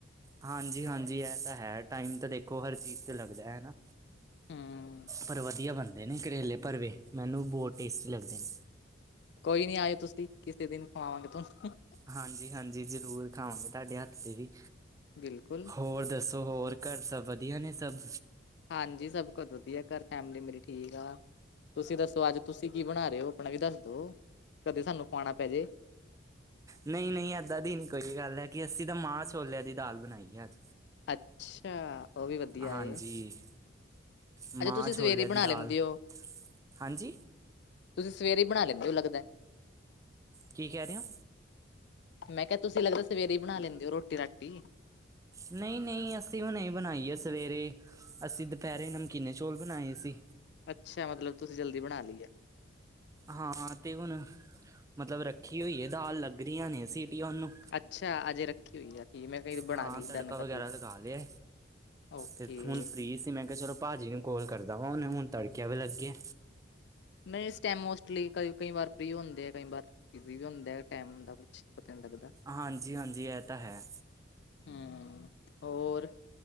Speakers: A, on the right; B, on the left.
A: ਹਾਂਜੀ-ਹਾਂਜੀ ਐ ਤਾ ਹੈ, ਟਾਈਮ ਤੇ ਦੇਖੋ ਹਰ ਚੀਜ਼ ਤੇ ਲਗਦੈ ਨਾ।
B: ਹੂੰ,
A: ਪਰ, ਵਧੀਆ ਬਣਦੇ ਨੇ ਕਰੇਲੇ ਭਰਵੇ, ਮੈਨੂੰ ਬਹੁਤ ਟੇਸਟੀ ਲੱਗਦੇ ਨੇ।
B: ਕੋਈ ਨੀ, ਆਏਓ ਤੁਸੀਂ ਕਿਸੇ ਦਿਨ ਖਮਾਵਾਂਗੇ ਤੁਹਾਨੂੰ।
A: ਹਾਂਜੀ, ਹਾਂਜੀ ਜ਼ਰੂਰ ਖਾਵਾਂਗੇ ਤੁਹਾਡੇ ਹੱਥ ਦੇ ਵੀ।
B: ਬਿਲਕੁਲ।
A: ਹੋਰ ਦੱਸੋ, ਹੋਰ ਘਰ ਸਭ ਵਧੀਆ ਨੇ ਸਭ।
B: ਹਾਂਜੀ, ਸਭ ਕੁਛ ਵਧੀਆ ਘਰ ਫੈਮਲੀ ਮੇਰੀ ਠੀਕ ਆ। ਤੁਸੀਂ ਦੱਸੋ ਅੱਜ ਤੁਸੀਂ ਕੀ ਬਣਾ ਰਹੇ ਹੋ ਆਪਣਾ ਕੀ ਦੱਸ ਦੋ ਕਦੇ ਸਾਨੂੰ ਖਵਾਉਣਾ ਪੈ ਜੇ
A: ਨਈ-ਨਈ ਏਦਾਂ ਦੀ ਨਈ ਕੋਈ ਗੱਲ ਹੈ ਕਿ ਅਸੀਂ ਤਾਂ ਮਾਂ ਛੋਲਿਆਂ ਦੀ ਦਾਲ ਬਣਾਈ ਹੈ ਅੱਜ
B: ਅੱਛਾ ਉਹ ਵੀ ਵਧੀਆ
A: ਹਾਂਜੀ
B: ਏ
A: ਮਾਂ
B: ਅੱਛਾ ਤੁਸੀਂ
A: ਛੋਲਿਆਂ
B: ਸਵੇਰੇ
A: ਦੀ
B: ਬਣਾ
A: ਦਾਲ
B: ਲੈਂਦੇ ਹੋ।
A: ਹਾਂਜੀ
B: ਤੁਸੀਂ ਸਵੇਰੇ ਹੀ ਬਣਾ ਲੈਂਦੇ ਹੋ ਲੱਦਾ
A: ਕੀ ਕਹਿ ਰਹੇ ਹੋ
B: ਮੈਂ ਕਿਹਾ ਤੁਸੀਂ ਲੱਗਦਾ ਸਵੇਰੇ ਹੀ ਬਣਾ ਲੈਂਦੇ ਹੋ ਰੋਟੀ ਰਾਟੀ
A: ਨਹੀਂ ਨਹੀਂ ਅਸੀਂ ਉਹ ਨਹੀਂ ਬਣਾਈਏ ਸਵੇਰੇ ਅਸੀਂ ਦੁਪਹਿਰੇ ਨਮਕੀਨੇ ਚੋਲ ਬਣਾਏ ਸੀ
B: ਅੱਛਾ ਮਤਲਬ ਤੁਸੀਂ ਜਲਦੀ ਬਣਾ ਲਈਏ
A: ਹਾਂ ਤੇ ਹੁਣ ਮਤਲਬ ਰੱਖੀ ਹੋਈ ਹੈ ਦਾਲ ਲੱਗ ਰਹੀਆਂ ਨੇ ਸੀਟੀਆਂ ਉਹਨੂੰ
B: ਅੱਛਾ ਅਜੇ ਰੱਖੀ ਹੋਈ ਆ ਕਿ ਮੈਂ ਕਈ ਬਣਾ
A: ਹਾਂ
B: ਗਈ
A: ਤੜਕਾ
B: ਡਨ ਕਰ
A: ਵਗੈਰਾ
B: ਲਈ
A: ਤਾਂ ਲਿਆ
B: ਓਕੇ।
A: ਤੇ ਹੁਣ ਫ੍ਰੀ ਸੀ ਮੈਂ ਕਿਹਾ ਚਲੋ ਭਾਜੀ ਨੂੰ ਕੋਲ ਕਰਦਾ ਵਾ ਉਹਨੇ ਹੁਣ ਤੜਕਿਆ ਵੀ ਲੱਗੇ
B: ਨਈ ਇਸ ਟਾਇਮ ਮੌਸਲੀ ਕਈ ਵਾਰ ਫਰੀ ਹੁੰਦੇ ਕਈ ਵਾਰ ਬਿਜੀ ਵੀ ਹੁੰਦੇ ਹੈ ਟਾਇਮ ਦਾ ਕੁਛ ਪਤਾ ਨੀ ਲੱਗਦਾ
A: ਹਾਂਜੀ-ਹਾਂਜੀ, ਐ ਤਾ ਹੈ
B: ਹਮ ਹੋਰ